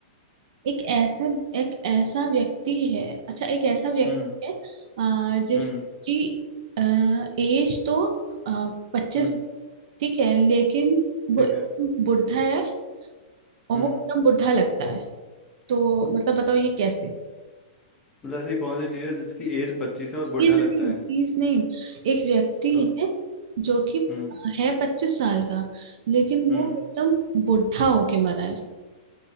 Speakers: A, on the right; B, on the left.
A: एक ऐसा एक ऐसा व्यक्ति है अच्छा एक ऐसा व्यक्ति
B: हम्म
A: है अ, जिसकी
B: हम्म
A: एज तो पच्चीस
B: हम्म
A: ठीक है लेकिन
B: ठीक
A: वो एकदम
B: है
A: बुढ़ा है और
B: हम्म
A: वो एकदम बुढ़ा लगता है तो मतलब बताओ ये कैसे
B: मतलब ऐसी कौन सी चीज है जिसकी एज पच्चीस है और
A: चीज
B: बुढ़ा लगता
A: नहीं
B: है
A: चीज नहीं एक व्यक्ति
B: तो
A: है जो कि
B: हम्म
A: है पच्चीस साल का लेकिन वो
B: हम्म
A: एकदम बुढ़ा होके मरा है